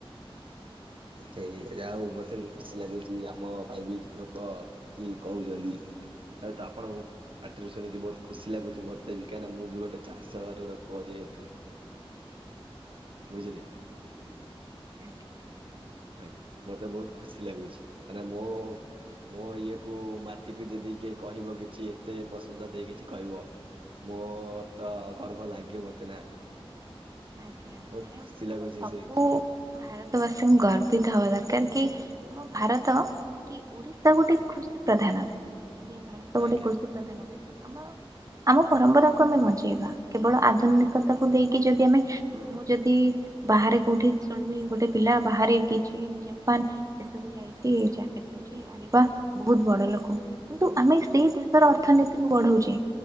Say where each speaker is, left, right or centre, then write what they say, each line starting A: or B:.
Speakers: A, on the right (about 60°); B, on the right (about 35°).
A: ହେଇ ଯା ହଉ ମତେ ବି ଖୁସି ଲାଗୁଚି ଆମ ପାଇଁ ବି ଲୋକ କିଏ କହୁଚନ୍ତି। ଠିକ୍ ତମେ। ଆଉ ତ ଆପଣଙ୍କୁ ପାଟିରୁ ଶୁଣିକି ବହୁତ ଖୁସି ଲାଗୁଚି ମୋତେ ବି କାହିଁନା ମୁଁ ବି ଗୋଟେ ଚାଷ ଘର ପୁଅ ଯେହେ ତୁ ବୁଝିଲେ।
B: ଆଜ୍ଞା।
A: ଆଜ୍ଞା। ମତେ ବହୁତ ଖୁସି ଲାଗୁଛି, କାହିଁନା ମୋ ମୋ ଇଏ କୁ ମାଟିକୁ ଯେଦି କିଏ କହିବ କିଛି ଏତେ ପ୍ରଶଂସା ଦେଇ କିଛି କହିବ ମୋ ତ ଗର୍ବ ଲାଗିବ ମୋତେ ନା।
B: ଆଜ୍ଞା
A: ବହୁତ
B: ମାନେ
A: ଖୁସି ଲାଗୁଛି
B: ପୁରା ସବୁ
A: ସେଇକୁ ଶୁଣି
B: ଭାରତବାସୀଙ୍କୁ ଗର୍ ବି ତ ହବା ଦରକାର କି, ଆମ ଭାରତ କି ଓଡିଶା ଗୋଟେ କୃଷି ପ୍ରଧାନ ଯେ ଭାରତ ଗୋଟେ
A: ଆଜ୍ଞା
B: କୃଷି ପ୍ରଧାନ ଦେଶ। ଆମ, ଆମ ପରମ୍ପରାକୁ ଆମେ ବଞ୍ଚେଇବା କେବଳ ଆଧୁନିକତାକୁ ଦେଇକି ଯଦି ଆମେ ମୁଁ ଯଦି ବାହାରେ କୋଉଠି ଶୁଣିବି ଗୋଟେ ପିଲା ବାହାରେ କି ଚୀନ ଜାପାନ ଏ ସବୁ ଯାଇକି ଚାକିରି କରୁଚି। ଆରେ ବା ବହୁତ ବଡ ଲୋକ କିନ୍ତୁ ଆମେ ସେଇ ଦେଶର ଅର୍ଥନୀ ବଢ଼ାଉଚେ